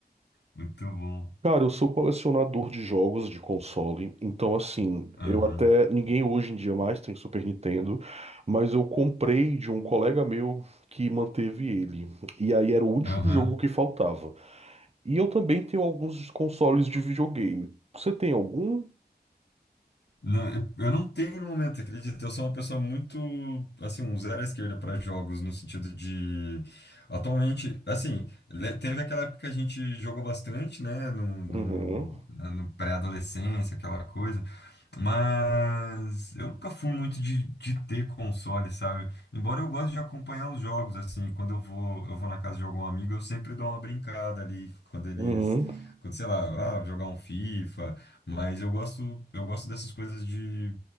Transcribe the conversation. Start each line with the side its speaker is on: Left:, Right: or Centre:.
Left: muito bom.
Right: Cara, eu sou colecionador de jogos de console, então assim,
Left: Aham,
Right: eu até, ninguém hoje em dia mais tem Super Nintendo, mas eu comprei de um colega meu que manteve ele. E aí era o último
Left: aham.
Right: jogo que faltava. E eu também tenho alguns consoles de videogame. Você tem algum?
Left: Não, eu eu não tenho no momento, acredito. Eu sou uma pessoa muito, assim, um zero à esquerda para jogos, no sentido de. Atualmente, assim, le- teve aquela época que a gente jogou bastante, né, no, no,
Right: Uhum.
Left: na- no pré-adolescência, aquela coisa. Mas eu nunca fui muito de, de ter console, sabe? Embora eu goste de acompanhar os jogos, assim, quando eu vou, eu vou na casa de algum amigo, eu sempre dou uma brincada ali, quando eles,
Right: Uhum.
Left: quando, sei lá, ah, jogar um FIFA, mas eu gosto, eu gosto dessas coisas de